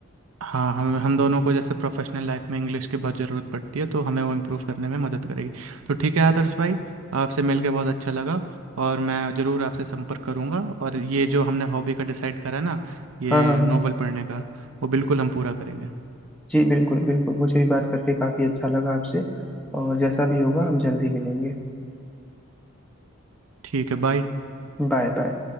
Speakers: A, on the right; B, in the centre.
A: हाँ हम हम दोनों को जैसे प्रोफेशनल लाइफ में इंग्लिश की बहुत ज़रूरत पड़ती है तो हमें वो इम्प्रूव करने में मदद करेगी तो ठीक है आदर्श भाई आपसे मिलके बहुत अच्छा लगा और मैं ज़रूर आपसे संपर्क करूँगा और ये जो हमने हॉबी का डिसाइड करा ना ये
B: हाँ हाँ हाँ
A: नोवेल पढ़ने का वो बिल्कुल हम पूरा करेंगे
B: जी बिल्कुल बिल्कुल मुझे भी बात करके काफी अच्छा लगा आपसे और जैसा भी होगा हम जल्दी मिलेंगे
A: ठीक है बाय
B: Bye bye